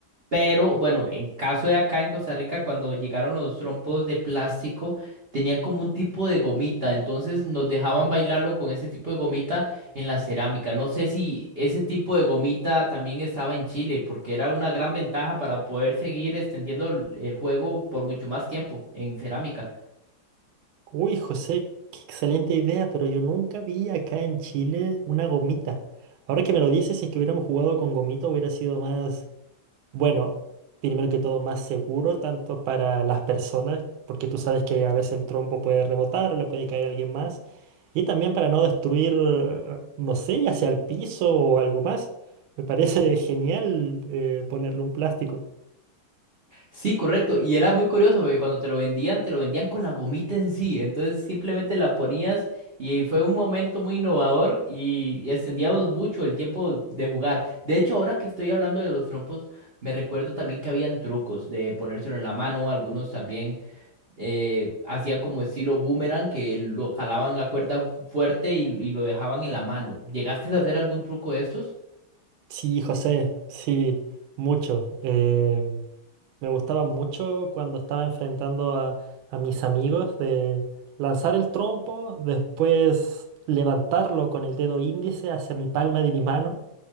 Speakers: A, on the right; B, on the right.
A: Pero bueno, en caso de acá en Costa Rica, cuando llegaron los trompos de plástico, tenía como un tipo de gomita, entonces nos dejaban bailarlo con ese tipo de gomita en la cerámica. No sé si ese tipo de gomita también estaba en Chile, porque era una gran ventaja para poder seguir extendiendo el el juego por mucho más tiempo en cerámica.
B: Uy, José, qué excelente idea, pero yo nunca vi acá en Chile una gomita. Ahora que me lo dices, si es que hubiéramos jugado con gomita hubiera sido más, bueno, primero que todo más seguro, tanto para las personas, porque tú sabes que a veces el trompo puede rebotar o le puede caer a alguien más, y también para no destruir, eh, no sé, ya sea el piso o algo más. Me parece <laughs> genial eh, ponerle un plástico.
A: Sí, correcto. Y era muy curioso porque cuando te lo vendían, te lo vendían con la gomita en sí. Entonces simplemente la ponías y fue un momento muy innovador y y extendíamos mucho el tiempo de jugar. De hecho, ahora que estoy hablando de los trompos, me recuerdo también que habían trucos de ponérselo en la mano. Algunos también eh, hacían como estilo boomerang que lo jalaban la cuerda fuerte y, y lo dejaban en la mano. ¿Llegaste a hacer algún truco de estos?
B: Sí, José, sí, mucho. Em, me gustaba mucho cuando estaba enfrentando a, a mis amigos de lanzar el trompo, después levantarlo con el dedo índice hacia mi palma de mi mano